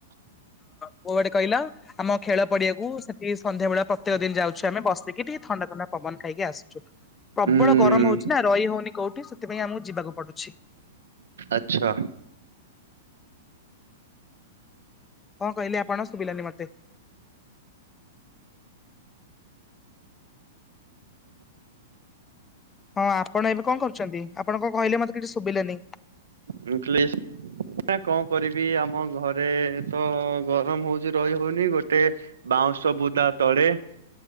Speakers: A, on the left; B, on the right.
A: ପୁ ଗଟେ କହିଲ। ଆମ ଖେଳ ପଡିଆକୁ ସେଠି ସନ୍ଧ୍ୟାବେେଳେ ପ୍ରତ୍ୟେକ ଦିନ ଯାଉଛୁ ଆମେ ବସିକି ଟିକେ ଥଣ୍ଡା ଥଣ୍ଡା ପବନ ଖାଇକି ଆସଛୁ। ପ୍ରବଳ
B: ହୁଁ
A: ଗରମ ହଉଛି ନା ରହି ହଉନି କୋଉଠି ସେଥିପାଇଁ ଆମକୁ ଯିବାକୁ ପଡୁଛି।
B: ଆଚ୍ଛା।
A: କଣ କହିଲେ ଆପଣ ଶୁଭିଲାନି ମତେ। ହଁ ଆପଣ ଏବେ କଣ କରୁଛନ୍ତି ଆପଣ କଣ କହିଲେ ମତେ କିଛି ଶୁଭିଲାନି।
B: ମୁ କହିଲି। କଣ କରିବି ଆମ ଘରେ ତ ଗରମ ହଉଚ ରହି ହଉନି ଗୋଟେ। ବାଉଁଶ ବୁଦା ତଳେ